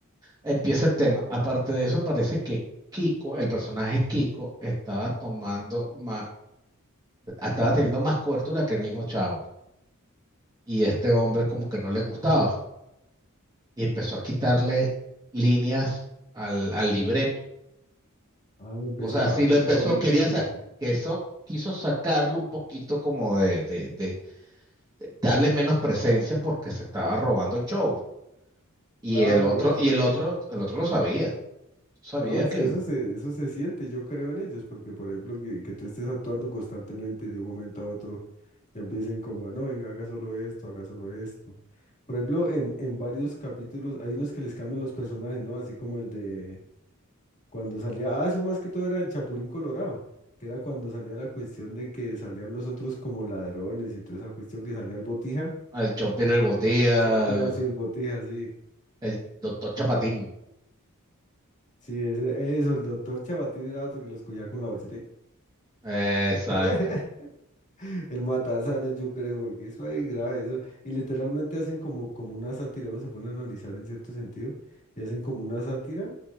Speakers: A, on the right (about 20°); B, on the left (about 35°).
A: Empieza el tema. Aparte de eso, parece que Kiko, el personaje Kiko, estaba tomando más, estaba teniendo más cobertura que el mismo Chavo. Y este hombre como que no le gustaba. y empezó a quitarle líneas al, al libreto.
B: Ah, empezó
A: Cosas
B: a,
A: así,
B: a
A: lo empezó,
B: omitirlo,
A: quería sa- que eso quiso sacarlo un poquito como de, de, de darle menos presencia porque se estaba robando el show. Y
B: claro,
A: el otro,
B: sí.
A: y el otro, el otro lo sabía. Sabía
B: No, es
A: que
B: que eso se, eso se siente, yo creo en ellos, porque por ejemplo, que, que tú estés actuando constantemente de un momento a otro, ya empiecen como, a, no, venga, haga solo esto, haga solo esto. Por ejemplo, en, en varios capítulos hay unos que les cambian los personajes, ¿no? Así como el de... Cuando salía, ah, eso más que todo era el Chapulín Colorado, que era cuando salía la cuestión de que salían los otros como ladrones y toda esa cuestión que salía el Botija.
A: el Chompier el
B: Y
A: Botía,
B: el, el Chopper así, el Botija, sí.
A: el doctor Chapatín.
B: Sí, ese, eso, el doctor Chabatín era otro que los cogía con la bolsita. y-
A: exacto
B: <laughs> El matasanos, yo creo, porque eso ahí grave, eso. Y literalmente hacen como, como una sátira, uno se pone a analizar en cierto sentido, y hacen como una sátira